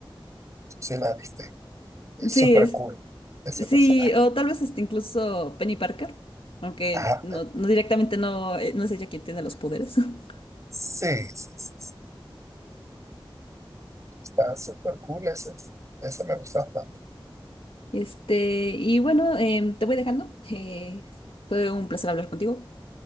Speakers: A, on the right; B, on the left.
A: si la viste. Es
B: Sí,
A: súper
B: es,
A: cool ese
B: sí,
A: personaje.
B: o tal vez este, incluso Penny Parker. Aunque
A: Ajá,
B: no, no directamente no, eh, no es ella quien tiene los poderes. <laughs>
A: sí, sí, sí, sí. Está súper cool ese. Ese me gusta bastante.
B: Este, y bueno, em, te voy dejando. Eh, fue un placer hablar contigo.